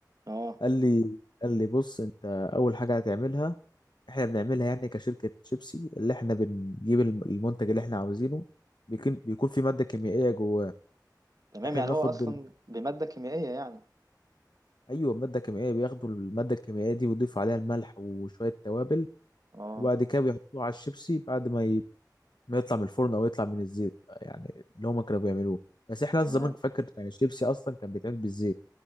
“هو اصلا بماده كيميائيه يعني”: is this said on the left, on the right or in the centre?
Right